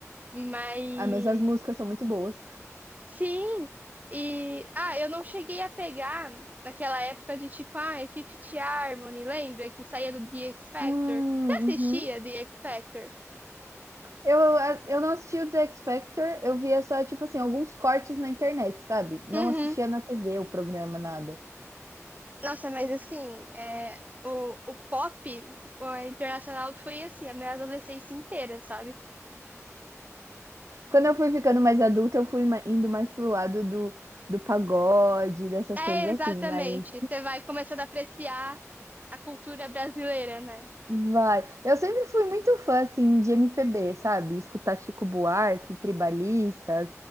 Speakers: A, on the right; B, on the right.
A: Mas
B: Ah, mas as músicas são muito boas.
A: Sim, e ah, eu não cheguei a pegar naquela época de tipo, ah, é Fifth Harmony, lembra que saía do The X Factor?
B: Hum,
A: Você
B: uhum.
A: assistia The X Factor?
B: Eu eu não assisti o The X Factor, eu via só, tipo assim, alguns cortes na internet, sabe. Não
A: Uhum.
B: assistia na TV o programa, nada.
A: Nossa, mas assim, é, o, o pop o internacional foi assim, a minha adolescência inteira, sabe?
B: Quando eu fui ficando mais adulta, eu fui ma indo mais pro lado do do pagode, dessas
A: É,
B: coisas assim,
A: exatamente.
B: mas
A: Você vai começando a apreciar a cultura brasileira, né?
B: Vai. Eu sempre fui muito fã, assim, de MPB, sabe? Escutar Chico Buarque, Tribalistas,